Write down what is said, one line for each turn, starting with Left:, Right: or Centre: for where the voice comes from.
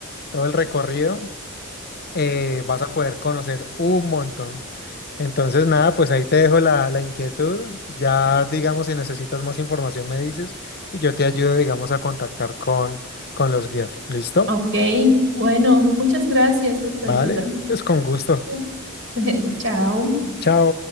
Left: todo el recorrido, eh, vas a poder conocer un montón. Entonces, nada, pues ahí te dejo la, la inquietud. Ya, digamos, si necesitas más información, me dices y yo te ayudo, digamos, a contactar con, con los guías. ¿Listo?
Right: Ok, bueno, muchas gracias por tu
Left: Vale,
Right: ayuda.
Left: pues con gusto.
Right: <laughs> Chao.
Left: Chao.